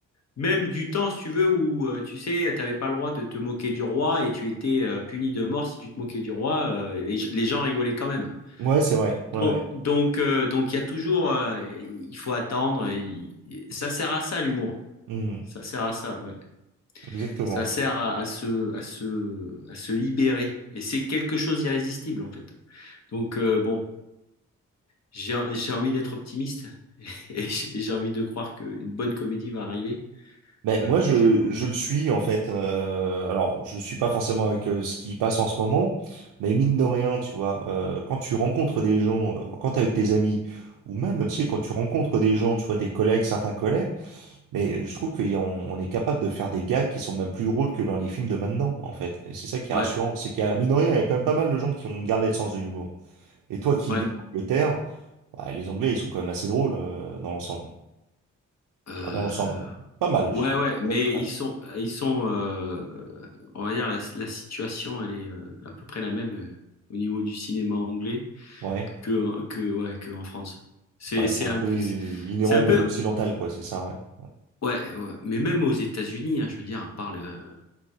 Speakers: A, on the left; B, on the right.
A: même du temps, si tu veux, où euh, tu sais, t'avais pas le droit de te moquer du roi et tu étais euh, puni de mort si tu te moquais du roi, euh, les, les gens rigolaient quand même.
B: Ouais, c'est vrai, ouais,
A: Bon,
B: ouais.
A: Donc, euh, donc il y a toujours, euh, il faut attendre. et- ça sert à ça l'humour.
B: Mm.
A: Ça sert à ça, ouais.
B: Exactement.
A: Ça sert à, à se, à se, à se libérer. Et c'est quelque chose d'irrésistible en fait. Donc euh, bon, j'ai, j'ai envie d'être optimiste <laughs> et j'ai j'ai envie de croire qu'une bonne comédie va arriver
B: Ben,
A: euh,
B: moi,
A: prochainement.
B: je, je le suis en fait. Euh, alors, je suis pas forcément avec euh, ce qui passe en ce moment, mais mine de rien, tu vois, euh, quand tu rencontres des gens, euh, quand t'es avec tes amis, ou même, tu sais, quand tu rencontres des gens, tu vois, des collègues, certains collègues, mais je trouve qu'on on on est capable de faire des gags qui sont même plus drôles que dans les films de maintenant, en fait. Et c'est ça qui
A: Ouais,
B: est rassurant, c'est qu'il y a, mine de rien, il y a quand même pas mal de gens qui ont gardé le sens de l'humour. Et toi qui
A: ouais.
B: vis en Angleterre, bah, les Anglais, ils sont quand même assez drôles euh, dans l'ensemble.
A: Euh,
B: Enfin, dans l'ensemble, pas mal,
A: ouais,
B: je crois.
A: ouais, mais
B: Ouais, quand même.
A: ils sont, ils sont, euh, euh, on va dire la, la situation, elle est euh, à peu près la même euh, au niveau du cinéma anglais
B: Ouais.
A: que que ouais que en France. C'est
B: Ouais,
A: c'est
B: c'est un
A: un
B: peu
A: peu,
B: euh, inhérent
A: c'est un
B: au monde
A: peu,
B: occidental, quoi, c'est ça, ouais. Ouais.
A: ouais, ouais. Mais même aux États-Unis, hein, je veux dire, à part le,